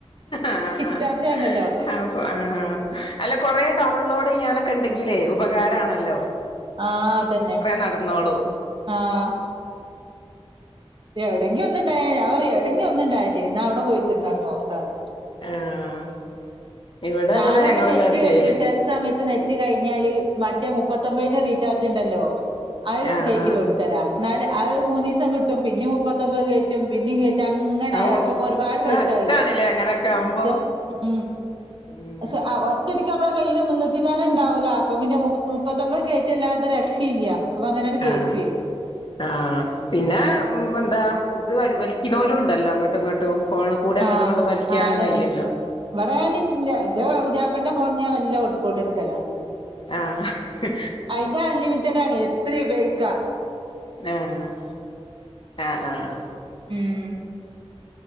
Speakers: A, on the left; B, on the right.
A: ആഹ്
B: റീചാർജയ്യണ്ടല്ലൊ
A: അപ്പൊ ആഹ് അല്ല കൊറെ ഡൗൺലോഡ് ചയ്യാനൊക്കെണ്ടെങ്കിലേ ഉപകാരാണല്ലോ
B: ആഹ് അതന്നെ
A: നടന്നോളൂ
B: ആഹ് എവിടെങ്കോന്നുണ്ടേ ഞാൻ പറയും എവിടെങ്കോന്നുണ്ടായി മതിയർന്ന് നാൻ അവിടെ പോയി ഇത്തിരി നേരം നോക്കന്ന്
A: ആഹ് ഇവിടെങ്ങനെ
B: ഞാനൊക്കെ
A: ഞങ്ങല്ലാരും
B: നെറ്റ്
A: ചെയ്യല്
B: ചില സമയത്ത് നെറ്റ് കഴിഞ്ഞാല് മറ്റേ മുപ്പത്തൊമ്പതിന്റെ റീചാർജ്ണ്ടല്ലോ അയ്
A: ആഹ്
B: കേറ്റികൊടുക്കല
A: ആഹ്
B: എന്നാല് ആയ് മൂന്നൂസം കിട്ടും പിന്നെ മുപ്പത്തൊമ്പത് കേറ്റും പിന്നികേറ്റും അങ്ങനെ
A: അവും
B: അപ്പ ഒരുപാട് പൈസായല്ല
A: നഷ്ടാണ്ല്ലേ അങ്ങനൊക്കെ ആവുമ്പോ
B: അത് ഉം
A: ഉം
B: സാ ആഹ് <unintelligible> ശെരിക്ക് നമ്മളകയ്യിയില് മുന്നൂറ്റിച്ചില്ലാനം ഉണ്ടാവൂല്ല അപ്പ പിന്നെ മുമുപ്പത്തൊമ്പത് കേയറ്റല്ലാതെ രക്ഷയില്ല അപ്പ അങ്ങനണ്ട് കേറ്റേ
A: ആഹ് ആഹ് പിന്നെ ഉം എന്താ ഇത് വലി വലിക്നോലുണ്ടല്ലോ അങ്ങട്ടും ഇങ്ങട്ടും ഫോണിൽ കൂടെ അങ്ങോട്ടു
B: ആഹ്
A: ഇങ്ങോട്ട് വലിക്കാനും
B: ആഹ് അതന്നെ
A: കയ്യല്ലോ
B: ഇവിടെ ഞാന് ന്റെ ഇത് പുതിയാപ്ലന്റെ ഫോണന്ന് ഞാൻ മെല്ല ഹോട്ട്സ്പോട്ട് എട്ക്കല
A: ആഹ്
B: അയിന്റെ അൺലിമിറ്റഡാണ് എത്രേ ഉയോഗിക്കാം
A: ആഹ് ആഹ് ആഹ്
B: ഉം